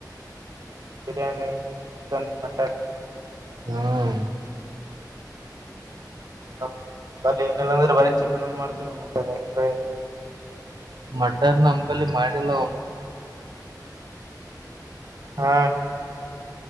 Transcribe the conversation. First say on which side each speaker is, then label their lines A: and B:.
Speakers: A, on the right; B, on the right.
A: ಬಿರಿಯಾನಿ ಚಿಕನ್ ಮಟನ್..
B: ಹ್ಮ.
A: ನಮ ಬಳ ಏನಿಲ್ಲಂದ್ರೆ ಬಳಿ ಚಿಕನ್ ಒಂದ್ ಮಾಡ್ತೀವಿ ನ ಮತ್ತೆ ಅಟಏ..
B: ಮಟನ್ ನಂಬಲ್ಲಿ ಮಾಡಿಲ್ಲ ಒ..
A: ಹಾ.